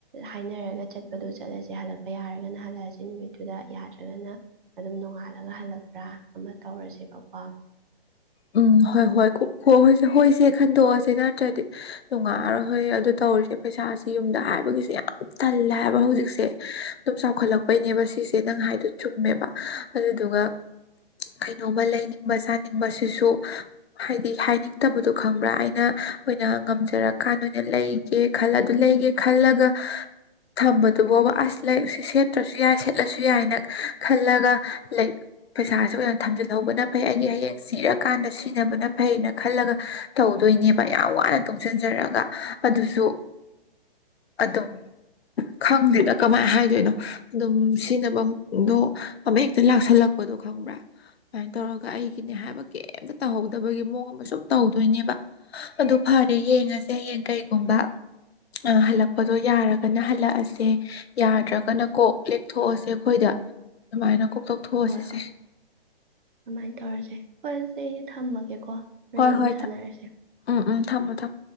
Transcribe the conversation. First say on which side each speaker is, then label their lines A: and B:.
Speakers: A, on the right; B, on the left.
A: ꯍꯥꯏꯅꯔꯒ ꯆꯠꯄꯗꯣ ꯆꯠꯂꯁꯦ ꯍꯜꯂꯛꯄ ꯌꯥꯔꯒꯅ ꯍꯜꯂꯛꯑꯁꯤ ꯅꯨꯃꯤꯠꯇꯨꯗ ꯌꯥꯗ꯭ꯔꯒꯅ ꯑꯗꯨꯝ ꯅꯣꯡꯉꯥꯜꯂꯒ ꯍꯜꯂꯛꯄ꯭ꯔ ꯑꯃ ꯇꯧꯔꯁꯦꯕꯀꯣ
B: ꯎꯝ ꯍꯣꯏ ꯍꯣꯏ ꯍ ꯍꯣꯏꯁꯦ ꯍꯣꯏꯁꯦ ꯈꯟꯗꯣꯛꯑꯁꯦ ꯅꯠꯇ꯭ꯔꯗꯤ ꯅꯨꯡꯉꯥꯏꯔꯣꯏ ꯍꯣꯏ ꯑꯗꯨ ꯇꯧꯔꯤꯁꯦ ꯄꯩꯁꯥꯥꯁꯦ ꯌꯨꯝꯗ ꯍꯥꯏꯕꯒꯤꯁꯦ ꯌꯥꯝ ꯇꯜꯂꯦ ꯍꯥꯏꯕ ꯍꯧꯖꯤꯛꯁꯦ ꯑꯗꯨꯝ ꯆꯥꯎꯈꯠꯂꯛꯄꯩꯅꯦꯕ ꯁꯤꯁꯦ ꯅꯪ ꯍꯥꯏꯗꯣ ꯆꯨꯝꯃꯦꯕ ꯑꯗꯨꯗꯨꯒ ꯀꯩꯅꯣꯝꯃ ꯂꯩꯅꯤꯡꯕ ꯆꯥꯅꯤꯡꯕꯁꯨ ꯁꯤꯁꯨ ꯍꯥꯏꯗꯤ ꯍꯥꯏꯅꯤꯡꯗꯕꯗꯣ ꯈꯪꯕ꯭ꯔꯥ ꯑꯩꯅ ꯑꯣꯏꯅ ꯉꯝꯖꯔꯀꯥꯟꯗ ꯑꫭꯏꯅ ꯂꯩꯒꯦ ꯈꯜ ꯑꯗꯨ ꯂꯩꯒꯦ ꯈꯜꯂꯒ ꯊꯝꯕꯗꯨꯕꫭꯕ ꯑꯁ ꯂꯩꯔꯁꯨ ꯁꯦꯠꯇ꯭ꯔꯁꯨ ꯌꯥꯏ ꯁꯦꯠꯂꯁꯨ ꯌꯥꯏꯅ ꯈꯜꯂꯒꯥ ꯄꯩꯁꯥꯁꯦ ꯑꯣꯏꯅ ꯊꯝꯖꯤꯜꯍꯧꯕꯅ ꯐꯩ ꯑꯩꯒꯤ ꯍꯌꯦꯡ ꯆꯤꯔꯛ ꯀꯥꯟꯗ ꯁꯤꯖꯤꯟꯅꯕꯅ ꯐꯩꯅ ꯈꯜꯂꯒ ꯇꯧꯗꯣꯏꯅꯦꯕ ꯌꯥꯝ ꯋꯥꯅ ꯇꯨꯡꯁꯤꯟꯖꯔꯒ ꯑꯗꯨꯁꯨ ꯑꯗꯨꯝ ꯈꯪꯗꯦꯅ ꯀꯃꯥꯏꯅ ꯍꯥꯏꯗꯣꯏꯅꯣ ꯑꯗꯨꯝ ꯁꯤꯖꯤꯟꯅꯐꯝꯗꯣ ꯑꯃ ꯍꯦꯛꯇ ꯂꯥꯛꯁꯜꯂꯛꯄꯗꯣ ꯈꯪꯕ꯭ꯔꯥ ꯑꯗꯨꯃꯥꯏꯅ ꯇꯧꯔꯒ ꯑꯩꯒꯤꯅꯦ ꯍꯥꯏꯕ ꯀꯩꯝꯇ ꯇꯧꯍꯧꯗꯕꯒꯤ ꯃꯑꯣꯡ ꯑꯃ ꯁꯨꯝ ꯇꯧꯗꯣꯏꯅꯦꯕ ꯑꯗꯨ ꯐꯔꯦ ꯌꯦꯡꯉꯁꯦ ꯍꯌꯦꯡ ꯀꯩꯒꯨꯝꯕ ꯍꯜꯂꯛꯄꯗꯣ ꯌꯥꯔꯒꯅ ꯍꯜꯂꯛꯑꯁꯦ ꯌꯥꯗ꯭ꯔꯒꯅ ꯀꯣꯛ ꯂꯦꯛꯊꯣꯛꯑꯁꯦ ꯑꯩꯈꯣꯏꯗ ꯑꯗꯨꯃꯥꯏꯅ ꯀꯣꯛ ꯇꯧꯊꯣꯛꯑꯁꯤꯁꯦ
A: ꯍꯣꯏ ꯍꯣꯏ ꯑꯗꯨꯃꯥꯏꯅ ꯇꯧꯔꯁꯦ ꯐꯔꯁꯦ ꯑꯩ ꯊꯝꯃꯃꯦ ꯀꯣ ꯍ꯭ꯔꯦꯟ
B: ꯍꯣꯏ
A: ꯑꯃꯨꯛ
B: ꯍꯣꯏ
A: ꯁꯥꯟꯅꯔꯁꯦ
B: ꯎꯝ ꯎꯝ ꯊꯝꯃꯣ ꯊꯝꯃꯣ